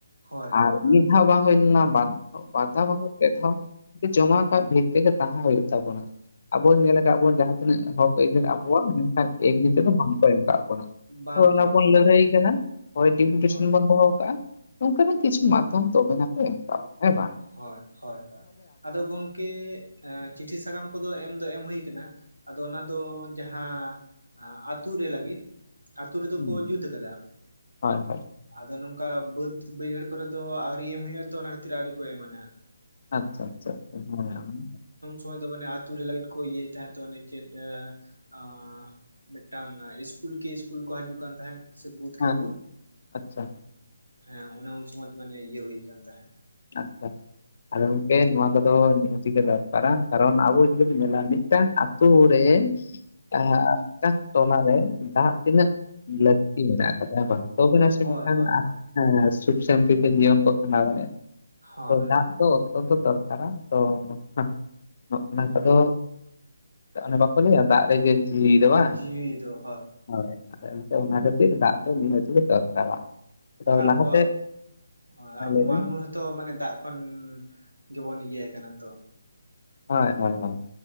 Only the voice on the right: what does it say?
ᱦᱳᱭ ᱦᱳᱭ
ᱦᱳᱭ
ᱵᱟᱝᱜᱮ
ᱵᱟᱝᱜᱮ
ᱵᱟᱝ
ᱦᱳᱭ
ᱦᱚᱭ ᱦᱚᱭ ᱦᱚᱭ ᱟᱫᱚ ᱜᱚᱢᱠᱮ ᱦᱮᱸᱪᱤᱴᱷᱤ ᱥᱟᱠᱟᱢ ᱠᱚᱫᱚ ᱮᱢ ᱫᱚ ᱮᱢ ᱦᱩᱭ ᱠᱟᱱᱟ ᱟᱫᱚ ᱚᱱᱟ ᱫᱚ ᱡᱟᱦᱟᱸ ᱟᱸᱻ ᱟᱛᱩ ᱨᱮ ᱞᱟᱹᱜᱤᱫ, ᱟᱹᱛᱩ ᱨᱮᱫᱚ
ᱠᱚ ᱡᱩᱛ ᱟᱠᱟᱫᱟ᱾
ᱟᱫᱚ ᱱᱚᱝᱠᱟ ᱵᱟᱹᱫᱽ ᱵᱟᱹᱭᱦᱟᱹᱲ ᱠᱚᱨᱮ ᱫᱚ ᱟᱹᱣᱨᱤ ᱮᱢ ᱦᱩᱭᱩᱜ-ᱟ ᱛᱚ, ᱚᱱᱟ ᱠᱷᱟᱹᱛᱤᱨ ᱟᱹᱣᱨᱤ ᱠᱚ ᱮᱢᱟ ᱱᱟᱦᱟᱜ᱾
ᱦᱚᱭ ᱛᱚ ᱢᱟᱱᱮ ᱟᱹᱛᱩ ᱨᱮ ᱞᱟᱹᱭᱤᱴ ᱠᱚ ᱤᱭᱟᱹ ᱭᱮᱫ ᱛᱟᱦᱮᱸᱫ ᱛᱚ ᱚᱱᱮ ᱪᱮᱫ ᱮᱸᱻ ᱚᱸᱻ ᱢᱤᱫᱴᱟᱝ ᱤᱥᱠᱩᱞ ᱠᱤ ᱤᱥᱠᱩᱞ ᱠᱚ ᱦᱤᱡᱩᱜ ᱠᱟᱱ ᱛᱟᱦᱮᱸᱫ᱾ ᱥᱮ ᱵᱩᱫ ᱠᱮ
ᱵᱩᱫ,
ᱦᱮᱸ ᱚᱱᱮ ᱩᱱ ᱥᱚᱢᱚᱡ ᱢᱟᱱᱮ ᱤᱭᱟᱹ ᱦᱩᱭ ᱠᱟᱱ ᱛᱟᱦᱮᱸᱫ᱾
ᱦᱳᱭ
ᱦᱳᱭ
ᱦᱳᱭ
ᱦᱳᱭ
ᱡᱤᱣᱤ ᱫᱚ
ᱟᱨ ᱟᱵᱚᱣᱟᱜ,
ᱦᱚᱸᱭ
ᱟᱵᱚ
ᱢᱟᱱᱢᱚ
ᱦᱚᱛᱚ ᱛᱚ ᱢᱟᱱᱮ ᱫᱟᱜ ᱠᱷᱚᱱ, ᱜᱮᱵᱚᱱ ᱤᱭᱟᱹ ᱟᱠᱟᱱᱟ ᱛᱚ᱾